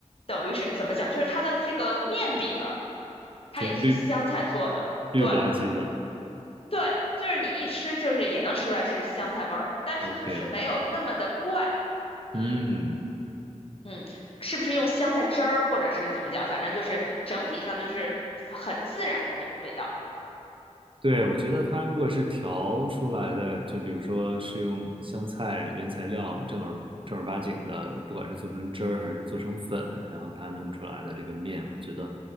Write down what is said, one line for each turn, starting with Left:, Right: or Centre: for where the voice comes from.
Left: 等于是怎么讲，就是它的这个面饼儿，它也是香菜做的。
Right: 就是绿绿不拉几的
Left: 对对，就是你一吃就是也能吃出来是香菜味儿，但是就是没有那么的怪。
Right: ，OK，嗯，
Left: 嗯嗯，是不是用香菜汁儿或者是怎么讲？反正就是整体上就是很自然的那种味道。
Right: 对，我觉得它如果是调出来的，就比如说是用香菜原材料正儿正儿八经的，不管是做成汁儿还是做成粉，然后它弄出来的这个面，我觉得